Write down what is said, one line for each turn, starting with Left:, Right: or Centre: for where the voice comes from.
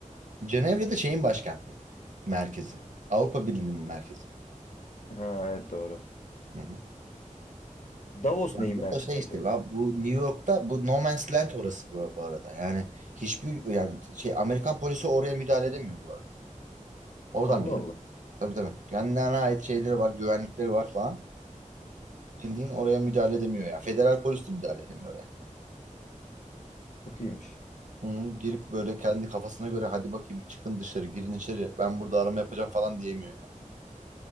Right: Cenevre de şeyin başkenti. Merkezi. Avrupa Birliği'nin merkezi.
Left: Ha evet doğru.
Right: Hı hı.
Left: Davos
Right: Ya
Left: neyin
Right: bu
Left: merkezi
Right: da şey işte
Left: acaba?
Right: ya bu New York'ta bu No Man's Land orası bu, bu arada. Yani hiçbir yani şey Amerikan polisi oraya müdahale edemiyor bu arada. Oradan
Left: Allah
Right: biliyorum.
Left: Allah.
Right: Tabii tabii. Kendilerine ait şeyleri var, güvenlikleri var falan. Bildiğin oraya müdahale edemiyor ya. Federal polis de müdahale edemiyor oraya.
Left: Çok iyiymiş.
Right: Hı, girip böyle kendi kafasına göre hadi bakayım çıkın dışarı girin içeri ben burada arama yapacağım falan diyemiyor yani.